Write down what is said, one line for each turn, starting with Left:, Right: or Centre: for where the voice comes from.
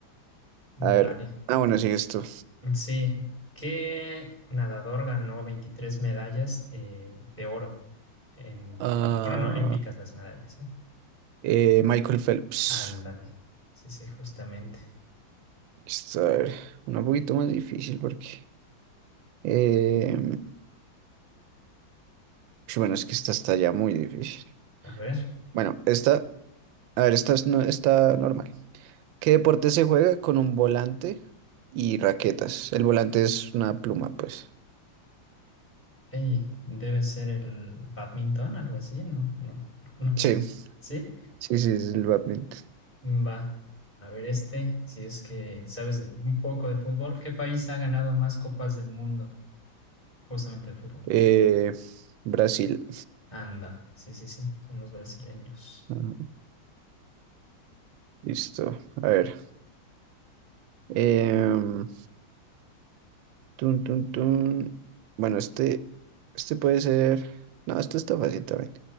Left: Vale.
Right: A ver. Ah, bueno, sigues tú.
Left: Sí, ¿qué nadador ganó 23 medallas eh, de oro en...
Right: Ah,
Left: Fueron olímpicas las medallas, ¿eh?
Right: eh, Michael Phelps.
Left: Ándale. Sí, sí, justamente.
Right: Esto, a ver, una poquito más difícil porque... eh, pues bueno, es que esta está ya muy difícil.
Left: A ver.
Right: Bueno, esta... A ver, esta es no, está normal. ¿Qué deporte se juega con un volante y raquetas? El volante es una pluma, pues.
Left: Ey, debe ser el badminton, algo así, no, no, no, no sé.
Right: Sí,
Left: ¿Sí?
Right: sí, sí, es el badminton.
Left: Mm, Va, a ver este, si es que sabes de- un poco de fútbol, ¿qué país ha ganado más copas del mundo justamente de fútbol?
Right: Eh, Brasil.
Left: Anda, sí, sí, sí, son los brasileños.
Right: Ajá, Listo. A ver. Em, Tun, tun, tun. Bueno, este, este puede ser. No, esto está fácil también.